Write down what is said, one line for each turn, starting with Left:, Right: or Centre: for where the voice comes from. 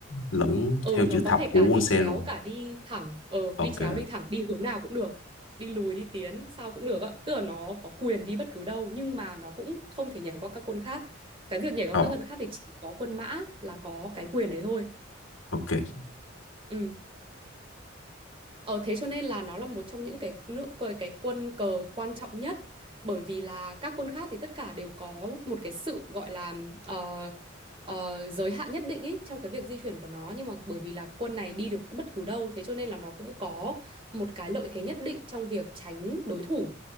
Left: lẫn
Right: ừ
Left: theo chữ
Right: nó có
Left: thập
Right: thể
Left: của
Right: cả
Left: quân
Right: đi
Left: xe
Right: chéo
Left: luôn
Right: cả đi thẳng ờ
Left: ok
Right: đi chéo đi thẳng đi hướng nào cũng được đi lùi đi tiến sao cũng được ạ tức là nó có quyền đi bất cứ đâu nhưng mà nó cũng không thể nhảy qua các quân khác cái việc nhảy qua
Left: ờ
Right: các quân khác thì chỉ có quân mã là có cái quyền đấy thôi
Left: ok
Right: ừ Ờ thế cho nên là nó là một trong những cái nước cái, cái quân cờ quan trọng nhất bởi vì là các quân khác thì tất cả đều có một cái sự gọi là ờ, ờ, giới hạn nhất định ấy trong cái việc di chuyển của nó nhưng mà bởi vì là quân này đi được bất cứ đâu thế cho nên là nó cũng có một cái lợi thế nhất định trong việc tránh đối thủ.